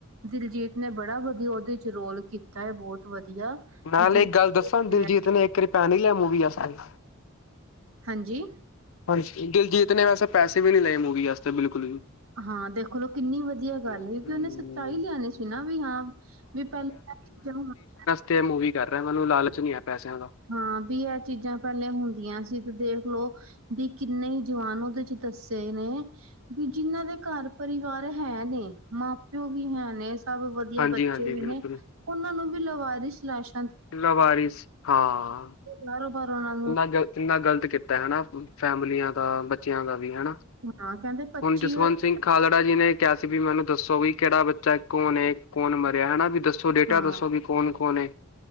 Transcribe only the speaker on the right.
ਦਿਲਜੀਤ ਨੇ ਬੜਾ ਵਧੀਆ ਉਹਦੇ ਚ ਰੋਲ ਕੀਤਾ ਐ, ਬਹੁਤ ਵਧੀਆ।
ਵੀ ਜਿਵੇਂ
ਹਾਂਜੀ?
ਹਾਂ ਦੇਖ ਲਓ ਕਿੰਨੀ ਵਧੀਆ ਗੱਲ
ਕਿਉਂਕਿ ਉਹਨੇ ਸੱਚਾਈ ਲਿਆਣੀ ਸੀ ਨਾ ਵੀ ਹਾਂ ਵੀ ਪਹਿਲਾਂ <unintelligible>
ਹਾਂ ਵੀ ਇਹ ਚੀਜ਼ਾਂ ਪਹਿਲੇ ਹੁੰਦੀਆਂ ਸੀ, ਤੇ ਦੇਖ ਲਓ ਵੀ ਕਿੰਨੇ ਈ ਜਵਾਨ ਉਹਦੇ ਚ ਦੱਸੇ ਨੇ ਵੀ ਜਿੰਨਾਂ ਦੇ ਘਰ ਪਰਿਵਾਰ ਹੈ ਨੇ ਮਾਂ ਪਿਓ ਵੀ ਹੈ ਨੇ ਸਭ ਵਧੀਆ
ਬੱਚੇ
ਵੀ
ਨੇ ਪ ਉਹਨਾਂ ਨੂੰ ਵੀ ਲਵਾਰਿਸ ਲਾਸ਼
ਬਾਹਰੋ ਬਾਹਰ ਉਨਾ
ਹੁਣ ਨਾ ਕਹਿੰਦੇ! ਪੱਚੀ
ਹਜ਼ਾਰ
ਹਾਂ